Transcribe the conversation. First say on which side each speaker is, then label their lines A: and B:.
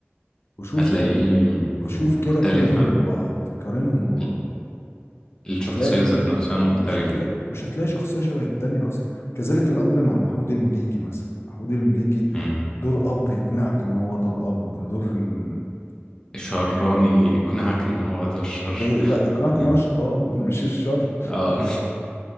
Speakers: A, on the left; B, on the left.
A: وشوف
B: هتلاقيه م-
A: وشوف
B: مختلفا
A: كده قارنهم ببعض قارنهم ببعض
B: ال- الشخصيه
A: هتلاقي م-
B: ذات نفسها مختلفه
A: اه مش هتلاقي مش هتلاقي شخصية شبه التانية أصلا كذلك الأمر مع محمود المليجي مثلا محمود المليجي
B: امم
A: دور أب يقنعك إن هو دور أب دور ال...
B: شراني يقنعك ان هو ده الشر
A: إيه،
B: <laughs>
A: لا يقنعك إن هو الشيطان <laughs> مش الشر
B: اه <laughs>